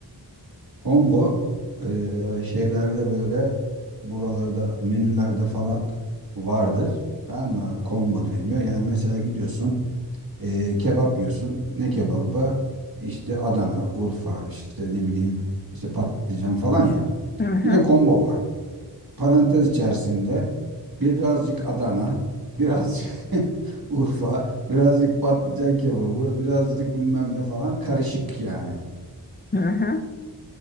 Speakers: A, on the right; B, on the left.
A: Combo e, şeylerde böyle buralarda menülerde falan vardır. Tamam mı? Combo deniyor. Yani mesela gidiyorsun E, kebap yiyorsun. Ne kebabı? İşte Adana, Urfa, işte ne bileyim işte patlıcan falan ya.
B: Hı hı.
A: Bir de combo var. Parantez içerisinde birazcık Adana, birazcık <laughs> Urfa, birazcık patlıcan kebabı, birazcık bilmem ne falan karışık yani.
B: Hı hı.